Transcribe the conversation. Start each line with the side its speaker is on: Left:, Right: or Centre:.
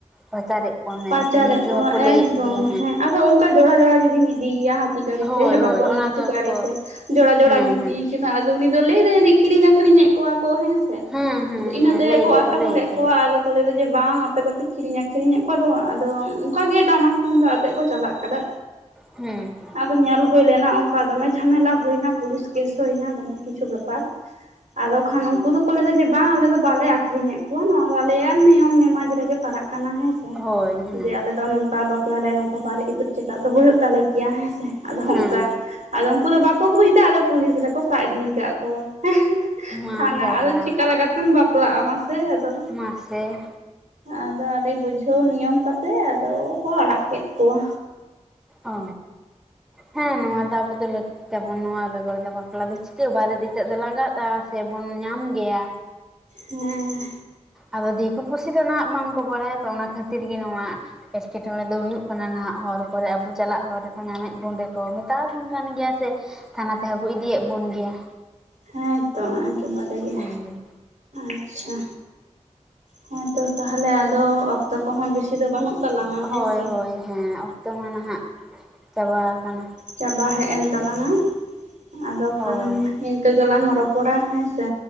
Centre: ᱯᱟᱪᱟᱨᱮᱫ ᱠᱚᱣᱟ ᱢᱮᱱᱛᱮ
Right: ᱯᱟᱪᱟᱨᱮᱫ
Centre: ᱱᱤᱝᱠᱟᱹ
Right: ᱠᱚᱣᱟ
Centre: ᱦᱚᱸᱠᱚ ᱞᱟᱹᱭᱮᱫ
Right: ᱮᱠᱫᱚᱢ
Centre: ᱜᱮᱭᱟ
Right: ᱦᱮᱸ ᱟᱫᱚ ᱚᱱᱠᱟ ᱡᱚᱲᱟ ᱡᱚᱲᱟ ᱡᱩᱫᱤᱢ ᱤᱫᱤᱭᱮᱭᱟ ᱦᱟᱴ <inaudible> ᱜᱟᱲᱤ
Centre: ᱦᱳᱭ
Right: ᱛᱮ ᱵᱟ
Centre: ᱦᱳᱭ
Right: ᱠᱚᱱᱚ
Centre: ᱚᱱᱟ
Right: ᱠᱤᱪᱩ
Centre: ᱫᱚᱠᱚ
Right: ᱜᱟᱹᱲᱤ ᱛᱮ ᱡᱚᱲᱟ ᱡᱚᱲᱟᱢ
Centre: ᱦᱮᱸ
Right: ᱤᱫᱤ
Centre: ᱦᱮᱸ
Right: ᱟᱫᱚ ᱩᱱᱤ ᱫᱚ ᱞᱟᱹᱭ ᱮᱫᱟᱭ ᱡᱟᱱᱤᱡ ᱠᱤᱨᱤᱧ ᱟᱹᱠᱷᱨᱤᱧ ᱮᱫ ᱠᱚᱣᱟ ᱠᱚ ᱦᱮᱸ
Centre: ᱦᱮᱸ ᱦᱮᱸ
Right: ᱤᱱᱟᱹ
Centre: ᱦᱮᱸ
Right: ᱛᱮᱠᱚ
Centre: ᱞᱟᱹᱭ ᱫᱚᱠᱚ
Right: ᱟᱴᱚᱠ
Centre: ᱞᱟᱹᱭ
Right: ᱞᱮᱫ
Centre: ᱜᱮᱭᱟ
Right: ᱠᱚᱣᱟ ᱟᱫᱚ ᱠᱚ ᱞᱟᱹᱭᱫᱟ ᱡᱮ ᱵᱟᱝ ᱟᱯᱮ ᱫᱚᱯᱮ ᱠᱤᱨᱤᱧ ᱟᱠᱨᱤᱧᱮᱫ ᱚᱠᱚᱭ ᱫᱚ ᱟᱫᱚ ᱚᱱᱠᱟ ᱜᱮ ᱴᱟᱢᱟᱠ ᱛᱩᱢᱫᱟᱜ ᱟᱛᱮᱜ ᱠᱚ ᱪᱟᱞᱟᱜ ᱠᱟᱱᱟ
Centre: ᱦᱩᱸ
Right: ᱟᱫᱚ ᱧᱮᱞ ᱦᱩᱭ ᱞᱮᱱᱟ ᱚᱱᱠᱟ ᱫᱚᱢᱮ ᱡᱷᱟᱢᱮᱞᱟ ᱦᱩᱭᱱᱟ ᱯᱩᱞᱤᱥ ᱠᱮᱥ ᱦᱩᱭᱱᱟ ᱫᱚᱢᱮ ᱠᱤᱪᱷᱩ ᱵᱮᱯᱟᱨ ᱟᱫᱚ ᱠᱷᱟᱱ ᱩᱱᱠᱩ ᱫᱚᱠᱚ ᱞᱟᱹᱭ ᱮᱫᱟ ᱡᱮ ᱵᱟᱝ ᱟᱞᱮ ᱫᱚ ᱵᱟᱞᱮ ᱟᱠᱷᱨᱤᱧᱮᱫ ᱱᱚᱣᱟ ᱫᱚ ᱟᱞᱮᱭᱟᱜ ᱱᱤᱭᱚᱢ ᱱᱮᱢᱟᱡᱽ ᱨᱮᱜᱮ ᱯᱟᱲᱟᱜ ᱠᱟᱱᱟ ᱦᱮᱸᱥᱮ
Centre: ᱦᱳᱭ ᱦᱮᱸ
Right: ᱡᱮ ᱟᱞᱮ ᱫᱚ ᱱᱚᱝᱠᱟ ᱵᱟᱯᱞᱟ ᱨᱮ ᱱᱚᱝᱠᱟ ᱵᱟᱨᱮ ᱤᱛᱟᱹᱫ ᱪᱮᱴᱟᱜ ᱫᱚ ᱦᱩᱭᱩᱜ ᱛᱟᱞᱮ ᱜᱮ ᱜᱮᱭᱟ ᱦᱮᱸ ᱥᱮ ᱟᱫᱚ
Centre: ᱦᱮᱸ
Right: ᱚᱝᱠᱟ ᱟᱫᱚ ᱩᱱᱠᱩ ᱫᱚ ᱵᱟᱠᱚ ᱵᱩᱡ ᱫᱟ ᱟᱫᱚ ᱯᱩᱞᱤᱥ ᱨᱮᱠᱚ ᱥᱟᱵ ᱤᱫᱤᱠᱟᱫ ᱠᱚᱣᱟ ᱦᱮᱸᱜ ᱦᱮᱸᱜ
Centre: ᱢᱟ
Right: ᱛᱟᱱᱟ
Centre: ᱡᱟᱞᱟ
Right: ᱟᱫᱚ ᱪᱤᱠᱟ ᱞᱮᱠᱟᱛᱮᱢ ᱵᱟᱯᱞᱟᱜᱼᱟ ᱢᱟᱥᱮ ᱟᱫᱚ
Centre: ᱢᱟᱥᱮ
Right: ᱟᱫᱚ ᱟᱹᱰᱤ ᱵᱩᱡᱷᱟᱹᱣ ᱱᱤᱭᱚᱢ ᱠᱟᱛᱮᱫ ᱟᱫᱚ ᱠᱚ ᱟᱲᱟᱜ ᱠᱮᱫ ᱠᱚᱣᱟ
Centre: ᱚ ᱦᱮᱸ ᱱᱚᱣᱟ ᱫᱚ ᱟᱵᱚ ᱫᱚ ᱞᱟᱹᱠ ᱛᱟᱵᱚᱱ ᱱᱚᱣᱟ ᱵᱮᱜᱚᱨ ᱫᱚ ᱵᱟᱯᱞᱟ ᱫᱚ ᱪᱤᱠᱟᱹ ᱵᱟᱨᱮᱫ ᱤᱛᱟᱹᱫ ᱫᱚ ᱞᱟᱜᱟᱜᱼᱟ ᱥᱮᱵᱚᱱ ᱧᱟᱢ ᱜᱮᱭᱟ
Right: ᱦᱮᱸ
Centre: ᱟᱫᱚ ᱫᱤᱠᱩ ᱯᱩᱥᱤ ᱫᱚ ᱱᱟᱜ ᱵᱟᱝᱠᱚ ᱵᱟᱲᱟᱭᱟ ᱛᱚ ᱚᱱᱟ ᱠᱷᱟᱹᱛᱤᱨ ᱜᱮ ᱱᱚᱣᱟ ᱮᱴᱠᱮᱴᱚᱬᱮ ᱫᱚ ᱦᱩᱭᱩᱜ ᱠᱟᱱᱟ ᱱᱟᱦᱟᱜ ᱦᱚᱨ ᱠᱚᱨᱮ ᱟᱵᱩ ᱪᱟᱞᱟᱜ ᱦᱚᱨ ᱨᱮᱠᱚ ᱧᱟᱢᱮᱫ ᱱᱚᱸᱰᱮ ᱠᱚ ᱢᱮᱛᱟᱣᱟᱵᱚᱱ ᱠᱟᱱ ᱜᱮᱭᱟ ᱥᱮ ᱛᱷᱟᱱᱟ ᱛᱮᱦᱚᱸ ᱠᱚ ᱤᱫᱤᱭᱮᱫ ᱵᱚᱱ ᱜᱮᱭᱟ
Right: ᱦᱮᱸᱛᱚ ᱮᱠᱮᱵᱟᱨᱮ ᱜᱮ
Centre: ᱦᱮᱸ
Right: ᱟᱪᱪᱷᱟ ᱦᱮᱸᱛᱚ ᱛᱟᱦᱞᱮ ᱟᱫᱚ ᱚᱠᱛᱚ ᱠᱚᱦᱚᱸ ᱵᱤᱥᱤ ᱫᱚ ᱵᱟᱹᱱᱩᱜ ᱛᱟᱞᱟᱝᱟ ᱦᱮᱸ
Centre: ᱦᱳᱭ
Right: ᱥᱮ
Centre: ᱦᱳᱭ ᱦᱮᱸ ᱚᱠᱛᱚ ᱢᱟ ᱱᱟᱦᱟᱜ ᱪᱟᱵᱟ ᱠᱟᱱᱟ᱾
Right: ᱪᱟᱵᱟ ᱦᱮᱡ ᱮᱱ ᱛᱟᱞᱟᱝᱟ ᱟᱫᱚ
Centre: ᱦᱳᱭ
Right: ᱠᱷᱟᱱ ᱤᱱ ᱼᱼ ᱤᱝᱠᱟᱹ ᱜᱮᱞᱟᱝ ᱨᱚᱯᱚᱲᱟ ᱦᱮᱸ ᱥᱮ